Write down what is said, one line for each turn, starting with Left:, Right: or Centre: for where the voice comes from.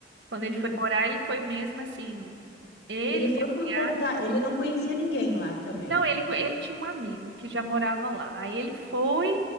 Right: Quando ele
Left: Meu
Right: foi
Left: Deus.
Right: morar, ele foi mesmo assim. Ele,
Left: Ele foi
Right: minha cunhada.
Left: por vontade, ele não conhecia ninguém lá também.
Right: Não, ele, co- ele tinha um amigo que já morava lá. Aí ele foi,